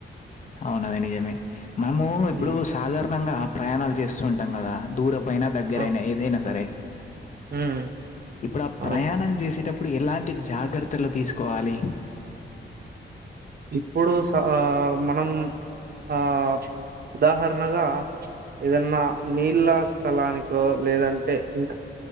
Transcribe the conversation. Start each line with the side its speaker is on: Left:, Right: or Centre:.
Left: అవునది నిజమే మనము ఇప్పుడు
Right: హ్మ్
Left: సాధారణంగా ప్రయాణాలు చేస్తూ ఉంటాం కదా దూరం పైన దగ్గరయినా
Right: అ
Left: ఏదైనా సరే
Right: హ్మ్
Left: ఇప్పుడు ఆ
Right: అవును
Left: ప్రయాణం చేసేటప్పుడు ఎలాంటి జాగ్రత్ లు తీసుకోవాలి
Right: ఇప్పుడు స మనం ఆ ఉదాహరణగా ఏదన్నా నీళ్ళ స్థలానికో లేదంటే ఇం